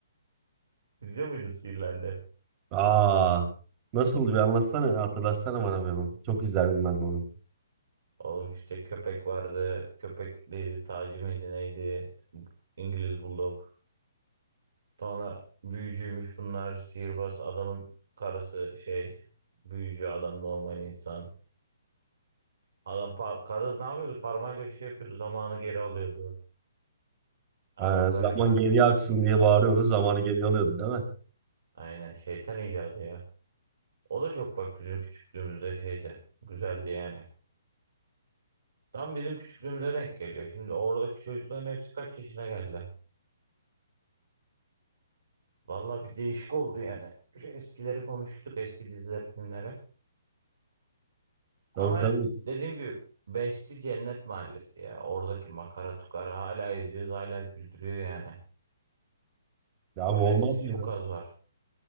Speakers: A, on the right; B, on the right.
A: İzliyor muydun Sihirli Annem?
B: Aa, nasıl bir anlatsana ya, hatırlatsana bana bir hemen. Çok izlerdim ben de onu.
A: Oğlum işte köpek vardı. Köpek neydi? Taci miydi neydi? İngiliz Bulldog. Sonra büyücüymüş bunlar. Sihirbaz adamın karısı şey. Büyücü adam normal insan. Adam par karı ne yapıyordu? Parmağıyla bir şey yapıyordu. Zamanı geri alıyordu. Adam
B: Ha, zaman
A: garibim.
B: geriye aksın diye bağırıyordu. Zamanı geriye alıyordu değil mi?
A: Aynen şeytan icadı ya. O da çok bak bizim küçüklüğümüzde şeydi. Güzeldi yani. Tam bizim küçüklüğümüze denk geliyor. Şimdi oradaki çocukların hepsi kaç yaşına geldi? Valla bir değişik oldu yani. Şu eskileri konuştuk, eski dizileri, filmleri. Ama
B: Tabii tabii.
A: dediğim gibi Beşti Cennet Mahallesi ya. Oradaki makara tukara hala izliyoruz, hala güldürüyor yani.
B: Ya abi
A: Öyle
B: olmaz
A: dizi
B: mı
A: çok
B: ya?
A: az var.